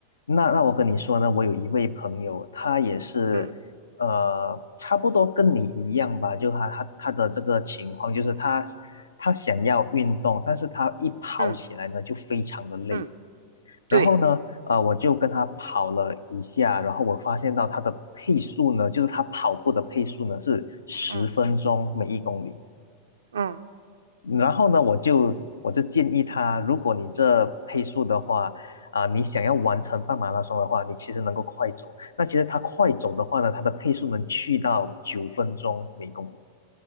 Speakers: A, on the left (about 70°); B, on the right (about 65°).
A: 那那我跟你说呢，我有一位朋友，他也是，
B: 嗯
A: 呃，差不多跟你一样吧，就他他他的这个情况，就是他他想要运动，但是他一跑起来呢就非常的累。
B: 嗯嗯，对，
A: 然后呢，呃，我就跟他跑了一下，然后我发现到他的配速呢，就是他跑步的配速呢是十分钟每一公里。
B: 嗯嗯，
A: 然后呢，我就我就建议他，如果你这配速的话，啊、你想要完成半马拉松的话，你其实能够快走。那其实他快走的话呢，他的配速能去到九分钟每公里。